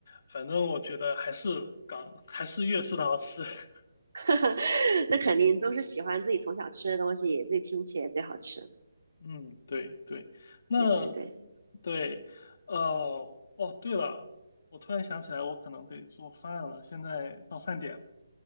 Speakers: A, on the left; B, on the right.
A: 反正我觉得还是港还是粤式的好吃。<laughs>
B: <laughs> 那肯定都是喜欢自己从小吃的东西最亲切最好吃，
A: 嗯，对对，那
B: 对对对。
A: 对，呃，哦，对了，我突然想起来，我可能得做饭了，现在到饭点了。